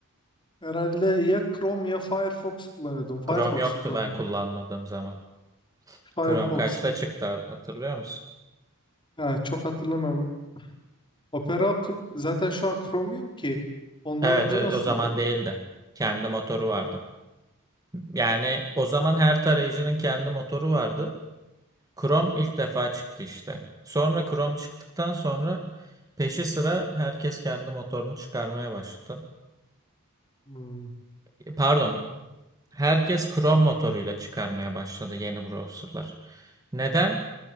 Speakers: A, on the left (about 20°); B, on the right (about 15°).
A: herhalde ya Chrome ya Firefox kullanıyordum.
B: <laughs>
A: Firefox
B: Chrome yoktu
A: kullanıyordum.
B: ben kullanmadığım zaman.
A: Firefox'u.
B: Chrome kaçta çıktı hatırlıyor musun?
A: Yani çok hatırlamıyorum. Opera Kr- zaten şu an Chromium ki. Ondan
B: Evet
A: önce
B: ö-
A: nasıldı?
B: o zaman değildi. Kendi motoru vardı. Yani o zaman her tarayıcının kendi motoru vardı. Chrome ilk defa çıktı işte. Sonra Chrome çıktıktan sonra peşi sıra herkes kendi motorunu çıkarmaya başladı.
A: Hmm.
B: E, Pardon, herkes Chrome motoruyla çıkarmaya başladı yeni browserlar. Neden?